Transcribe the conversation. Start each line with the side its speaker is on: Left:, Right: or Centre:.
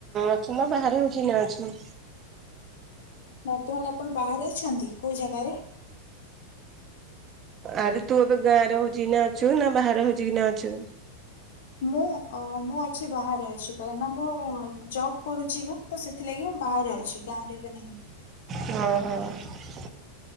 Right: ଅଛ ନା ବାହାରେ ହଉଛି କିନା ଅଛ?
Left: ବର୍ତ୍ତମାନ ଆପଣ ବାହାରେ ଅଛନ୍ତି କୋଉ ଜାଗାରେ?
Right: ଆରେ ତୁ ଏବେ ଗାଁରେ ହଉଛି କିନା ଅଛୁ ନା ବାହାରେ ହଉଛି କିନା ଅଛୁ?
Left: ମୁଁ ମୁଁ ଅଛି ବାହାରେ ଅଛି କାହିଁକି ନା ମୁଁ ଜବ କରୁଛି ନା। ତ ସେଥିଲାଗି ମୁଁ ବାହାରେ ଅଛି ଗାଁରେ ଏବେ ନାହିଁ।
Right: ହଁ ହଁ।